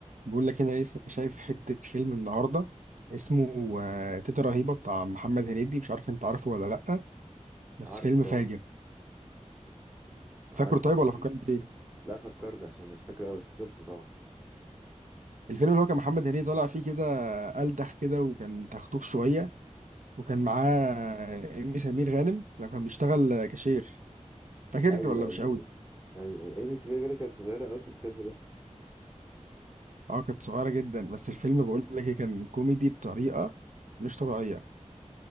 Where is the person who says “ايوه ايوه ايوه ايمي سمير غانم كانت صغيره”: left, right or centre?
Right